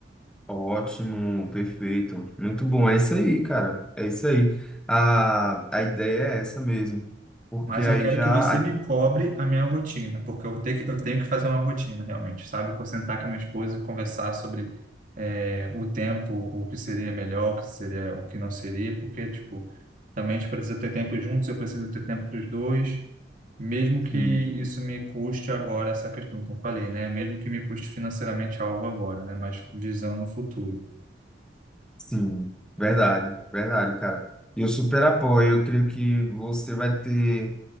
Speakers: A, in the centre; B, on the right (about 50°).
A: Ótimo, perfeito. Muito bom. É isso aí, cara. É isso aí. A, a ideia é essa mesmo. Porque
B: Mas
A: aí
B: eu quero
A: já.
B: que você me cobre a minha rotina, porque eu vou ter que, eu tenho que fazer uma rotina, realmente, sabe? Vou sentar com a minha esposa e conversar sobre, é, o tempo, o que seria melhor, o que seria, o que não seria, porque, tipo, também a gente precisa ter tempo juntos, eu preciso ter tempo para os dois. mesmo que
A: Assim,
B: isso me custe agora essa questão que eu falei, né? Mesmo que me custe financeiramente algo agora, né? Mas visando o futuro.
A: Sim, verdade, verdade, cara. E eu super apoio. Eu creio que você vai ter